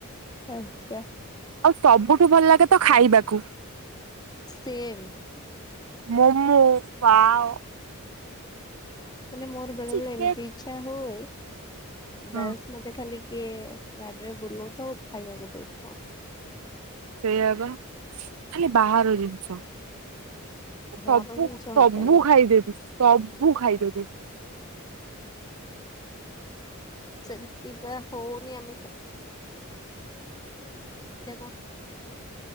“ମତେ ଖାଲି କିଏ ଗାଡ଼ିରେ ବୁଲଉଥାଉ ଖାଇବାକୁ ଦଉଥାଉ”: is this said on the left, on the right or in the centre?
Left